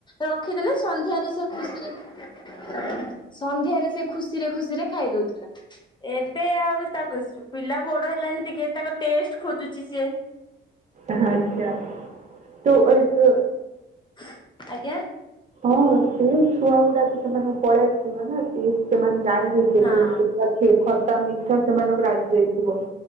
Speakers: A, on the left; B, on the right.
A: ରଖିଦେଲେ ସନ୍ଧ୍ୟାରେ ସେ ଖୁସିରେ ଖା- <unintelligible> ସନ୍ଧ୍ୟାରେ ସେ ଖୁସିରେ ଖୁସିରେ ଖାଇ ଦଉ ଥିଲା ଏବେ ଆଉ ତାକୁ ସୁପିଲା ବଡ ହେଲାନି ଟିକେ ତାକ ଟେଷ୍ଟ୍ ଖୋଜୁଛି ସିଏ।
B: ଆଁହାଁ ଆଚ୍ଛା ତ-ଓ-ତୋ
A: ଫୁ ଆଜ୍ଞା।
B: ହଁ-ହଁ ସେ ଛୁଆ ଗୁଡାକୁ ସେମାନ ପଳାଇ ସେମାନେ ତେ ତେମାନେ ଜାଣିବେ ସେଠୁ
A: ହଁ।
B: ଖଟା, ମିଠା ଟା ମିଠା ସେମାନଙ୍କ ରାଗି ଯାଇଥିବ।